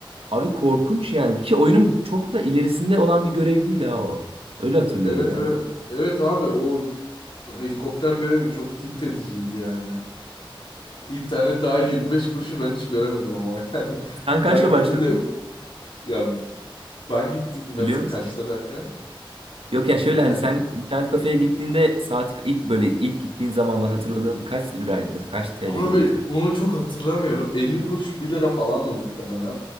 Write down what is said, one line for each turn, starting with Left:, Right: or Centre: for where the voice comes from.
Right: Abi korkunç yani. Bir kere oyunun çok da ilerisinde olan bir görev değil ha o. Öyle hatırlıyorum
Left: Evet
Right: yani.
Left: evet. Evet abi o helikopter görevi çok tilt ediciydi yani. İnternet dahil 25 kuruşu ben hiç göremedim ama <laughs> yani.
Right: Sen kaçla
Left: Ben gittim
Right: başladın?
Left: de ya ben gittim nasıl
Right: Hatırlıyor musun?
Left: kaçta derken
Right: Yok yani şöyle
Left: inter
Right: hani sen internet kafeye gittiğinde saat ilk böyle ilk gittiğin zamanlar hatırladığın kaç liraydı mesela kaç TL'ydi
Left: Abi
Right: internet?
Left: onu çok hatırlamıyorum. 50 kuruş bir lira falan da muhtemelen.